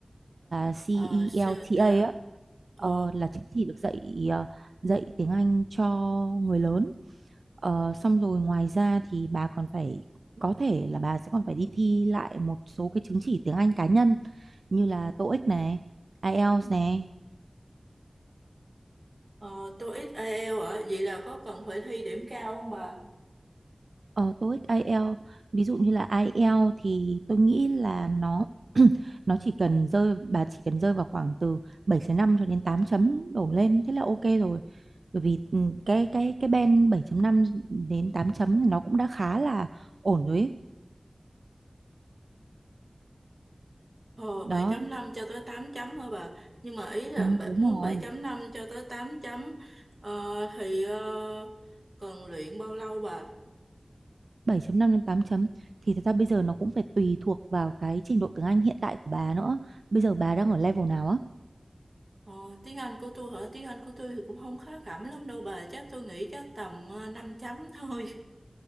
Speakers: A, on the right (about 85°); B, on the right (about 50°).
A: CELTA
B: Ờ, sao ta?
A: á, là CELTA á
B: Ờ,
A: ờ, là chứng chỉ được dạy ờ, dạy tiếng Anh cho người lớn Ờ, xong rồi ngoài ra thì bà còn phải có thể là bà sẽ còn phải đi thi lại một số cái chứng chỉ tiếng Anh cá nhân như là TOEIC này, IELTS này,
B: ờ, tôi ít IELTS ạ, vậy là có cần phải thi điểm cao không bà?
A: ờ, TOEIC, IELTS. Ví dụ như là IELTS thì tôi nghĩ là nó <clears throat> nó chỉ cần rơi bà chỉ cần rơi vào khoảng từ 7 năm cho đến 8 chấm đổ lên thế là ok rồi. Bởi vì ừ, cái cái cái band bảy chấm năm đến 8 chấm thì nó cũng đã khá là ổn rồi ấy.
B: Ờ,
A: Đó,
B: bảy chấm năm cho tới tám chấm hả bà? Nhưng mà ý là
A: ừ,
B: bà-
A: đúng
B: muốn
A: rồi.
B: bảy chấm năm cho tới 8 chấm ờ, thì ờ, cần luyện bao lâu bà?
A: bảy chấm năm đến 8 chấm thì thật ra bây giờ nó cũng phải tùy thuộc vào cái trình độ tiếng Anh hiện tại của bà nữa. Bây giờ bà đang ở level nào á?
B: Ờ, tiếng Anh của tôi hả? Tiếng Anh của tôi thì cũng không khá khẩm lắm đâu bà. Chắc tôi nghĩ chắc tầm ờ, 5 chấm thôi.